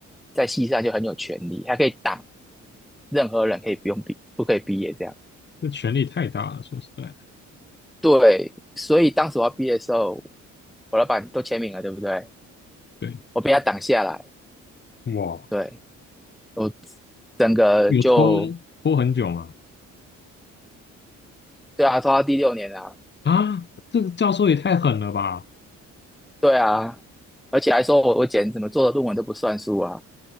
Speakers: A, in the centre; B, on the left (about 35°).
A: 在系上就很有权利，他可以挡任何人可以不用毕不可以毕业这样。
B: 这权力太大了，说实在的，
A: 对，所以当时我要毕业的时候，我老板都签名了，对不对？
B: 对，
A: 我被他挡下来，
B: 哇，
A: 对，我整个就，
B: 有拖拖很久吗？
A: 对啊，拖到第六年啊，
B: 啊，这个教授也太狠了吧！
A: 对啊，而且还说我我简直怎么做的论文都不算数啊，